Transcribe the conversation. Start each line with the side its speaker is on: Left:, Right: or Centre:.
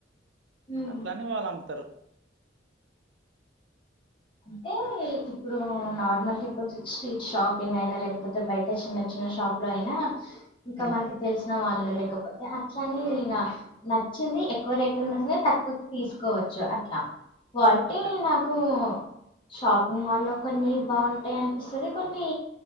Left: హ్మ్.
Right: అట్లని వాళ్ళు అమ్ముతరు.
Left: అంటే ఇప్పుడు నార్మల్గా ఇప్పుడు స్ట్రీట్ షాపింగ్ అయినా లేకపోతే బయట చిన్న చిన్న షాపులో అయినా ఇంకా
Right: ఉమ్,
Left: మనకి తెలిసిన వాళ్ళు లేకపోతే అట్లని ఇగ నచ్చింది ఎక్కువ రేట్ ఉన్న సరే తక్కువకు తీసుకోవచ్చు అట్లా. క్వాలిటీ
Right: ఓకే
Left: నాకు షాపింగ్ మాల్లో కొన్ని బావుంటయి అనిపిస్తది, కొన్ని